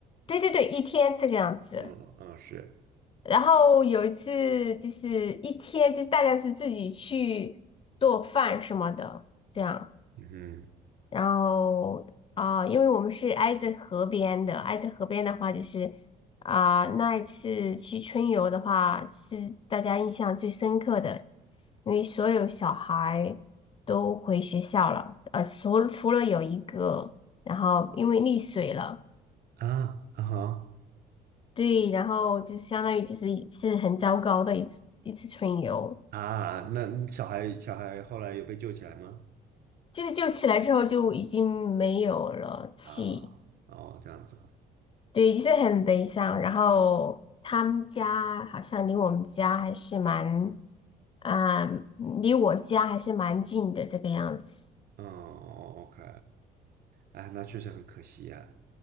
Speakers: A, on the left; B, on the right.
A: 对对对，一天这个样子。
B: 嗯嗯是，
A: 然后有一次就是一天，就是大家是自己去做饭什么的，这样。
B: 嗯
A: 然后啊、因为我们是挨着河边的，挨着河边的话，就是啊、那一次去春游的话，是大家印象最深刻的，因为所有小孩都回学校了，呃，除除了有一个，然后因为溺水了，
B: 哼啊啊哈
A: 对，然后就相当于就是一次很糟糕的一次一次春游，
B: 啊，那小孩小孩后来有被救起来吗？
A: 就是救起来之后就已经没有了气。
B: 啊，哦这样子，
A: 对，就是很悲伤。然后他们家好像离我们家还是蛮，啊、嗯离我家还是蛮近的这个样子。
B: 嗯，OK，哎，那确实很可惜呀、